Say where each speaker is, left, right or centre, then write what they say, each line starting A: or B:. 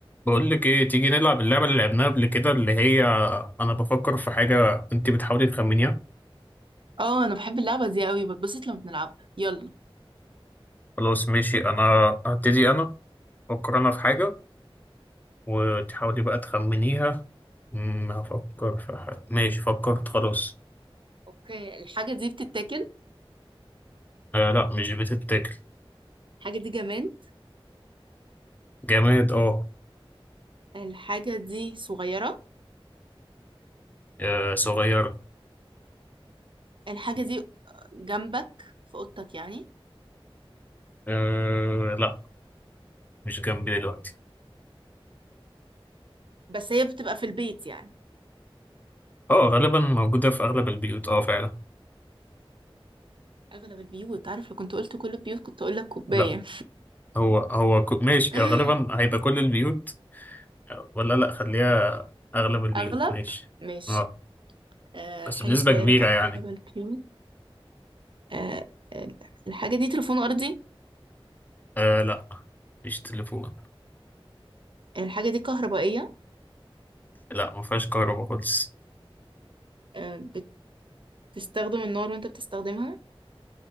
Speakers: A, on the left (about 20°); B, on the right (about 60°).
A: بقول لك ايه تيجي نلعب اللعبه اللي لعبناها قبل كده اللي هي انا بفكر في حاجه انت بتحاولي تخمنيها
B: اه انا بحب اللعبه دي قوي بتبسط لما بنلعبها يلا
A: خلاص ماشي انا هبتدي انا افكر انا في حاجه وتحاولي بقى تخمنيها امم هفكر في حاجه ماشي فكرت خلاص
B: اوكي الحاجه دي بتتاكل
A: آه لا مش بتتاكل
B: الحاجه دي جماد
A: جماد اه
B: الحاجه دي صغيره
A: آه، صغيره
B: الحاجه دي جنبك في اوضتك يعني
A: آه لا مش جنبي دلوقتي
B: بس هي بتبقى في البيت يعني
A: اه غالبا موجوده في اغلب البيوت اه فعلا
B: اغلب البيوت عارف لو كنت قلت كل البيوت كنت اقول لك كوبايه
A: لا هو هو كو- ماشي
B: <laughs>
A: آه، غالبا هيبقى كل البيوت ولا لا خليها اغلب البيوت
B: اغلب
A: ماشي
B: ماشي
A: اه
B: أه
A: بس
B: حاجه
A: بنسبة
B: صغيره
A: كبيرة
B: في اغلب
A: يعني
B: البيوت أه ال- الحاجه دي تليفون ارضي
A: آه لا مفيش تليفون
B: الحاجه دي كهربائيه
A: لا مفيهاش كهرباء خالص
B: أه بتستخدم النار وانت بتستخدمها